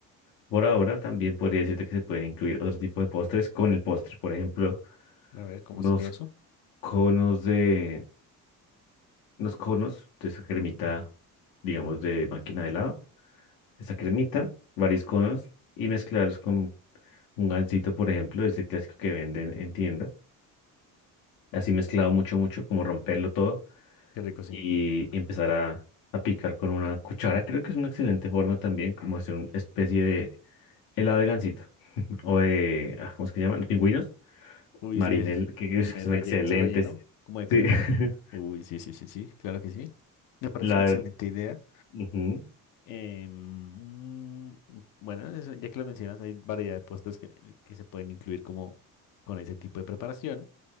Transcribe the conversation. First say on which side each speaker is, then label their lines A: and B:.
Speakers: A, on the left; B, on the left.
A: Por ahora también podría decirte que se pueden incluir otro tipo de postres con el postre. Por ejemplo,
B: A ver, ¿cómo
A: unos
B: sería eso?
A: conos de, unos conos de esa cremita, digamos, de máquina de helado, esa cremita, varios conos y mezclarlos con un gansito, por ejemplo, ese clásico que venden en tienda, así mezclado mucho, mucho, como romperlo todo
B: Qué rico, sí.
A: y empezar a, a picar con una cuchara, creo que es una excelente forma también, como hacer una especie de helado de gansito o de, ah, ¿cómo es que llaman? Los pingüinos,
B: Uy,
A: marinel,
B: sí, es-
A: que que
B: con
A: son
B: el relle-
A: excelentes.
B: ese relleno como de crema.
A: Sí, <laughs>
B: Uy, sí, sí, sí, sí, claro que sí. Me parece
A: la,
B: una excelente idea.
A: ujú.
B: Em, mm, bueno, eso- ya que lo mencionas, hay variedad de puestos que, que se pueden incluir como con ese tipo de preparación.